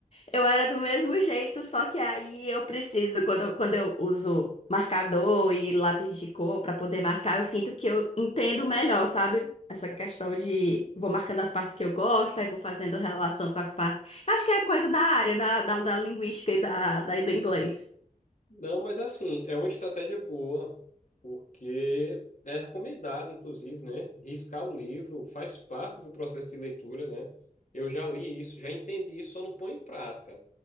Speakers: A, on the left; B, on the left.
A: Eu era do mesmo jeito, só que aí eu preciso, quando, eu- quando eu uso marcador e lápis de cor pra poder marcar, eu sinto que eu entendo melhor, sabe? Essa questão de vou marcando as partes que eu gosto, aí vou fazendo relação com as partes. Eu acho que é coisa da área, da, da, da linguística e da, da, do inglês.
B: Não, mas assim, é uma estratégia boa, porque é recomendado, inclusive, né? Riscar o livro faz parte do processo de leitura, né? Eu já li isso, já entendi isso, só não põe em prática.